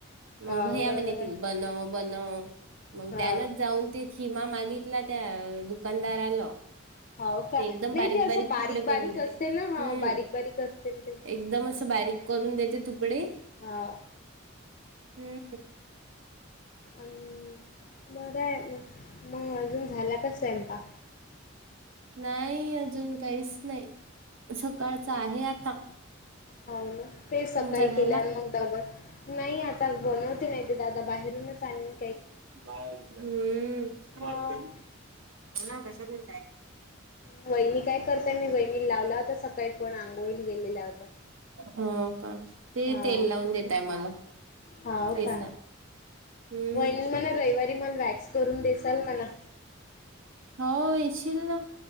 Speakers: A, on the left; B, on the right.
A: हो
B: मग भैया
A: बरोबर
B: म्हणे
A: आहे
B: तील बनव बनव मग
A: हो
B: त्यानच जाऊन ते खिमा मागितला त्या दुकानदाराला
A: हो का
B: ते एकदम
A: नाही
B: बारीक
A: ते असं
B: बारीक तुकडे
A: बारीक
B: करून देते
A: असते ना हो
B: हम्म
A: बारीक बारीक असते ना ते
B: एकदम असं बारीक करून देते तुकडे
A: हां
B: हम्म
A: बरं आहे मग मग अजून झाला का स्वयंपा
B: नाही अजून काहीच नाही सकाळच
A: हा.
B: आहे आता
A: हो ना ते सकाळी
B: तुमचा झाला
A: केल्यांतर
B: का?
A: नाही आता बनवते नाही दादा बाहेरूनच आणेल.
B: हम्म
A: हा
B: <unintelligible>
A: वहिणी काय करताय मी वहिणीला लावला होता सकाळी फोन आंघोळीला गेलेल्या होत्या.
B: हो का ते
A: हा
B: तेल लावून देतय मला
A: हाव
B: केसात
A: का
B: हम्म
A: वहिनी म्हणा रविवारी मला वॅक्स करून देसाल मला
B: हो येेशील ना